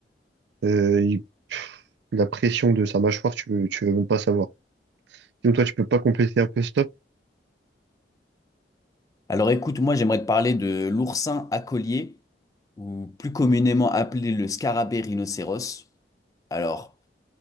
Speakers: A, on the right; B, on the left.
A: Euh, il la pression de sa mâchoire, tu veux, tu veux même pas savoir. Sinon, toi, tu peux pas compléter un peu stop?
B: Alors écoute, moi j'aimerais te parler de l'oursin à collier, ou plus communément appelé le scarabée rhinocéros. Alors,